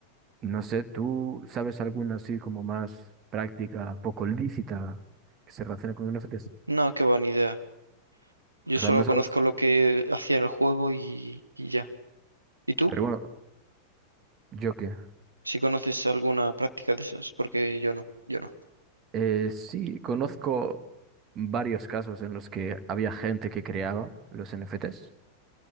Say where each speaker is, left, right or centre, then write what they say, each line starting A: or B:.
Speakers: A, on the right; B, on the right.
A: no sé, ¿tú sabes alguna así como más práctica, poco lícita que se relaciona con NFTs?
B: No, qué buena idea. Yo
A: O
B: solo
A: sea, no sabes.
B: conozco lo que hacía en el juego y, y ya. ¿Y tú?
A: Pero bueno, yo qué.
B: ¿Si conoces alguna práctica de esas? Porque yo no, yo no.
A: Eh, sí, conozco varios casos en los que había gente que creaba los NFTs